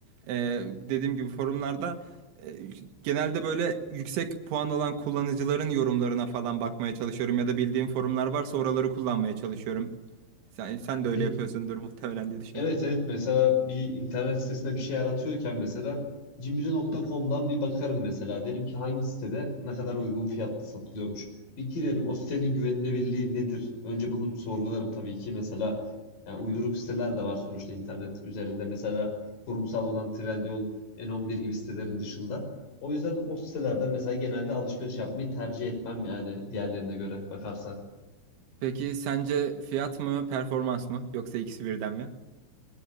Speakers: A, on the right (about 75°); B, on the left (about 45°).
A: e, dediğim gibi forumlarda E, Genelde böyle yüksek puan olan kullanıcıların yorumlarına falan bakmaya çalışıyorum ya da bildiğim forumlar varsa oraları kullanmaya çalışıyorum. Sen, sen
B: E
A: de
B: peki
A: öyle yapıyorsundur muhtemelen diye düşünüyorum.
B: Evet evet mesela bir internet sitesinde bir şey aratıyorken mesela cimri.com'dan
A: Hı
B: bir bakarım mesela. Derim ki hangi sitede ne kadar uygun fiyatlı satılıyormuş. Bir girerim o
A: hı
B: sitenin güvenilirliği nedir? Önce bunu sorgularım tabii ki mesela yani uyduruk
A: hı hı.
B: siteler de var sonuçta internet üzerinde. Mesela kurumsal olan Trendyol, N11 gibi sitelerin dışında. O yüzden o sitelerden mesela genelde alışveriş yapmayı tercih etmem yani diğerlerine göre bakarsak.
A: Peki sence fiyat mı, performans mı yoksa ikisi birden mi?